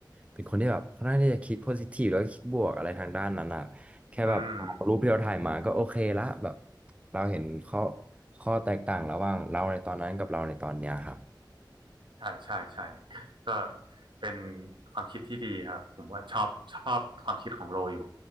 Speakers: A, on the right; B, on the right.
A: เป็นคนที่แบบค่อนข้างที่จะคิดโพซิทีฟแล้วก็คิดบวกอะไรทางด้านนั้นอะแค่แบบรูปที่เราถ่ายมาก็โอเคละแบบ
B: อืม
A: เราเห็นข้อข้อแตกต่างระหว่างเราในตอนนั้นกับเราในตอนเนี้ยครับ
B: ใช่ใช่ใช่ก็เป็นความคิดที่ดีครับผมว่าชอบชอบความคิดของโลอยู่